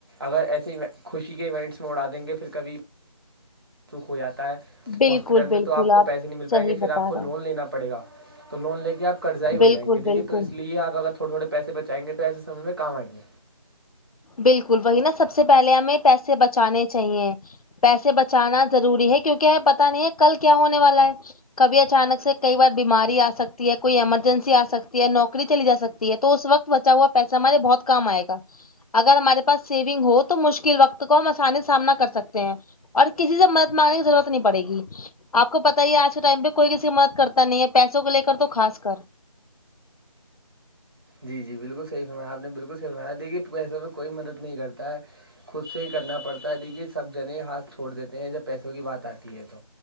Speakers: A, on the right (about 40°); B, on the left (about 75°).
A: اگر ایسے خوشی کے ایونٹس میں اڑا دیں گے پھر کبھی سکھ ہو جاتا ہے
B: بالکل
A: ہاسپٹل
B: بالکل
A: میں تو آپ کو پیسے نہیں مل
B: صحیح
A: پائیں گے پھر
B: بتا
A: آپ کو
B: رہے
A: لون
B: ہیں
A: لینا پڑے گا تو لون لے کے آپ قرضائی ہو
B: بالکل
A: جائیں گےیکھیے
B: بالکل
A: تو اس لیے آپ اگر تھوڑے تھوڑے پیسے بچائیں گے تو ایسےمے میں کام آئیں گے
B: بالکل وہی نا سب سے پہلے ہمیں پیسے بچانے چاہیے پیسے بچانا ضروری ہے کیونکہ یہ پتا نہیں ہے کل کیا ہونے والا ہے کبھی اچانک سے کئی بار بیماری آ سکتی ہے کوئی ایمرجنسی آ سکتی ہے نوکری چلی جا سکتی ہے تو اس وقت بچا ہوا پیسہ ہمارے بہت کم آئےا اگر ہمارے پاس سیونگ ہو تو مشکل وقت تو کو ہم آسانی کا سامنا کر سکتے ہیں اور کسی سے مدد مانگنے کی ضرورت نہیں پڑے گی آپ کو پتہ ہی آج کے ٹائم پہ کوئی کسی مد کرتا نہیں ہے پیسوں کو لے کر تو خاص کر
A: جی جی بالکل صحیح فمنایا آپ نے بالکل صحی فنایا تھی کہ پیسے میں کوئی مدد نہیں کرتا ہے خود سے ہی کرنا پڑتا ہے دیکیکہ سب جنے ہاتھ چھوڑ دیتے ہیں جب پیسوں کی بات آتی ہے تو